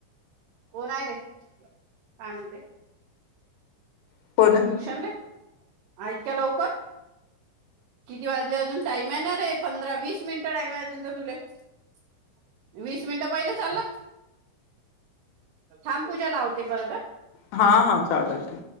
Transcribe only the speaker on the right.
कोण आहे रे काय म्हणते
ट्युशनला इतक्या लवकर किती वाजले अजून टाईम आहेणापळरे पंधरा वीस मिनिट तर तु वीस मिनिटं पहिले चालला थांब पूजा लावते परत